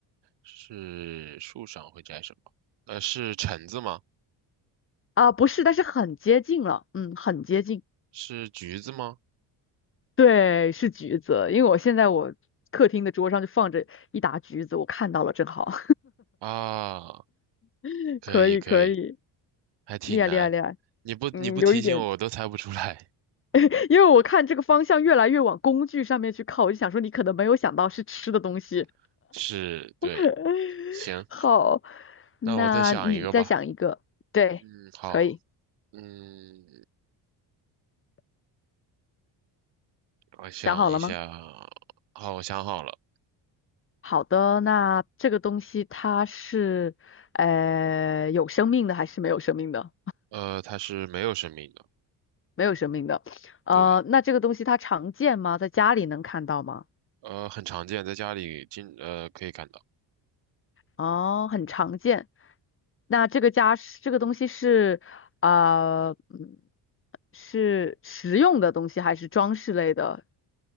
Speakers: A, on the right (about 65°); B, on the left (about 30°).
A: 是树上会摘什么？呃，是橙子吗？
B: 啊，不是，但是很接近了，嗯，很接近。
A: 是橘子吗？
B: 对，是橘子，因为我现在我客厅的桌上就放着一打橘子，我看到了，正好，
A: 啊，
B: <laughs>
A: 可以可以，
B: 可以可以，
A: 还挺难，
B: 厉害厉害厉害，
A: 你不你不提醒我，
B: 嗯，有一点，
A: 我都猜不出来。
B: <laughs> 因为我看这个方向越来越往工具上面去靠，我就想说你可能没有想到是吃的东西。
A: <laughs> 是，对，
B: <laughs>
A: 行，
B: 好，那你再想一个，
A: 那我再想一个吧。
B: 对，
A: 嗯，好。
B: 可以，
A: 嗯，我想一下，
B: 想好了吗？
A: 好，我想好了，
B: 好的，那这个东西它是，呃，有生命的还是没有生命的？
A: 呃，它是没有生命的，
B: 没有生命的。呃，
A: 对，
B: 那这个东西它常见吗？在家里能看到吗？
A: 呃，很常见，在家里经呃可以看到，
B: 哦，很常见。那这个家是这个东西是啊，呃嗯是实用的东西，还是装饰类的，